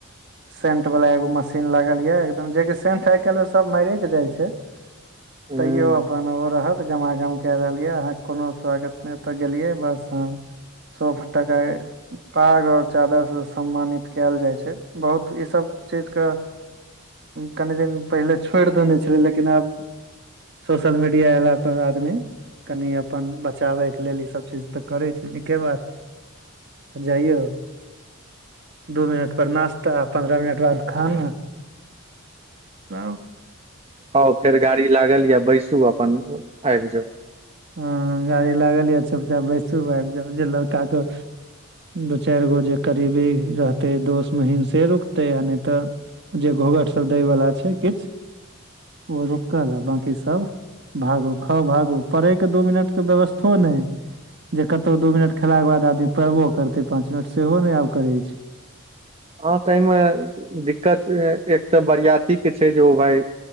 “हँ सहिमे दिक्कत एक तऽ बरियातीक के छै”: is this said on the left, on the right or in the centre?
Right